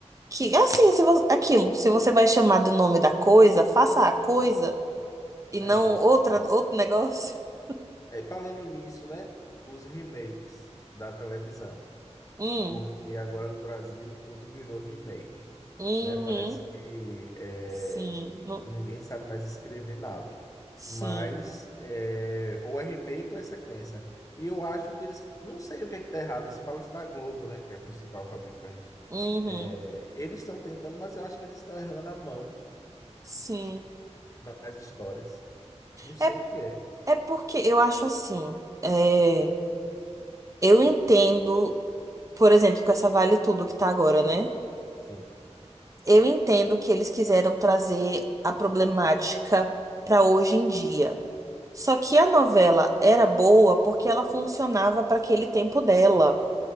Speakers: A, on the right; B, on the left.
A: Que, assim, se você, aquilo, se você vai chamar do nome da coisa, faça a coisa e não
B: Exato.
A: outra, outro negócio. <laughs>
B: É, falando nisso, né? Os remakes da televisão.
A: Hum,
B: porque agora no Brasil tudo virou remake,
A: uhum,
B: né? Parece que é,
A: sim, no-
B: ninguém sabe mais escrever nada.
A: sim,
B: Mas é, ou é remake ou é sequência. E eu acho que eles, não sei o que é que tá errado. Se fala-se da Globo, né? Que é a principal fabricante.
A: uhum,
B: É, eles estão tentando, mas eu acho que eles estão errando a mão
A: sim.
B: nas histórias. Não sei
A: É,
B: o que é.
A: É porque eu acho assim, é, eu entendo, por exemplo, com essa Vale Tudo que tá agora, né?
B: Sim,
A: Eu entendo que eles quiseram trazer a problemática pra hoje em dia. Só que a novela era boa porque ela funcionava para aquele tempo dela.